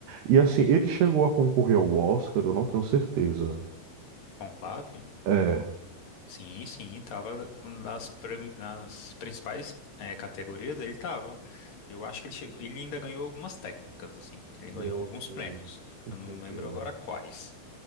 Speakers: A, on the right; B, on the left.
A: E assim, ele chegou a concorrer ao Oscar, eu não tenho certeza.
B: Conclave?
A: É.
B: Sim, sim, tava com- nas, pre- nas principais eh, categorias, ele tava. Eu acho que ele chegou, ele ainda ganhou algumas técnicas, assim. Ele ganhou
A: Hum,
B: alguns
A: hum,
B: prêmios. Eu não
A: entendi.
B: lembro agora quais,